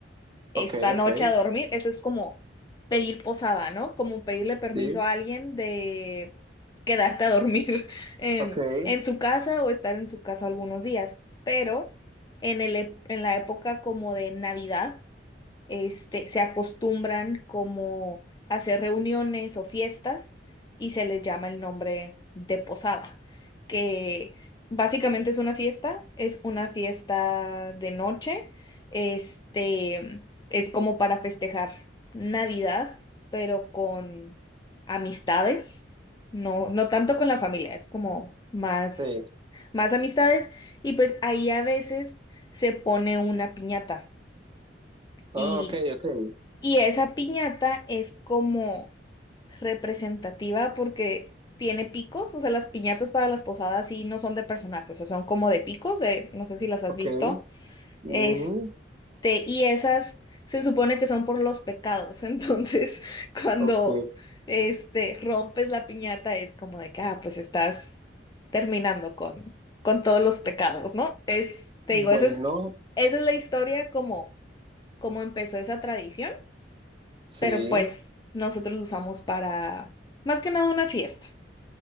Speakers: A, on the left; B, on the right.
A: esta
B: ok,
A: noche
B: ok,
A: a dormir, eso es como pedir posada, ¿no? Como pedirle permiso
B: sí,
A: a alguien de quedarte a dormir <laughs> em,
B: ok,
A: en su casa o estar en su casa algunos días, pero en el, ep- en la época como de Navidad este, se acostumbran como a hacer reuniones o fiestas y se les llama el nombre de posada, que básicamente es una fiesta, es una fiesta de noche, este, es como para festejar Navidad, pero con amistades, no, no tanto con la familia, es como más,
B: sí.
A: más amistades y pues ahí a veces se pone una piñata. Y
B: Oh, ok, ok,
A: y esa piñata es como representativa porque tiene picos, o sea, las piñatas para las posadas sí no son de personajes, o sea, son como de picos, de, no sé si las has
B: ok.
A: visto.
B: ujú,
A: Este, y esas se supone que son por los pecados, <laughs> entonces cuando
B: ok.
A: este rompes la piñata es como de que, ah, pues estás terminando con con todos los pecados, ¿no? Es, te
B: Bueno,
A: digo, eso es esa es la historia como como empezó esa tradición
B: sí.
A: pero pues nosotros lo usamos para más que nada una fiesta.